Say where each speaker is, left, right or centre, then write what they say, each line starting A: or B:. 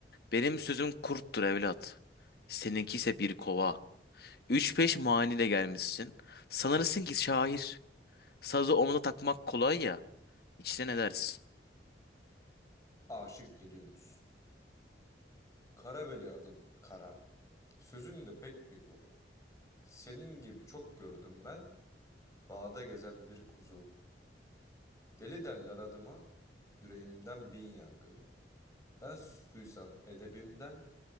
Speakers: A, on the left; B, on the left.
A: Benim sözüm kurttur evlat. Seninki ise bir kova. Üç beş maniyle gelmişsin. Sanırsın ki şair. Sazı omuza takmak kolay ya. İçten edersin.
B: Aşık Diliyorsunuz. Karaveli adın kara. Sözün de pek bir kuru. Senin gibi çok gördüm ben. Bağda gezen bir kuzu. Deli derler adıma. Yüreğimden bin yangın. Ben sustuysan edebimden.